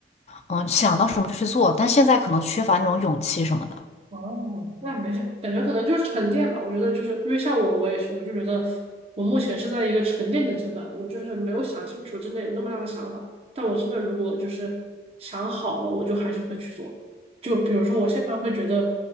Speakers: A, on the left (about 35°); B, on the right (about 35°).
A: 嗯，想到什么就去做，但现在可能缺乏那种勇气什么的。
B: 哦，那没事，感觉可能就是沉淀吧。我觉得就是因为像我，我也是，我就觉得我目前是在一个沉淀的阶段，我就是没有想清楚，真的有那么大的想法。但我真的如果就是想好了，我就还是会去做。就比如说，我现在会觉得，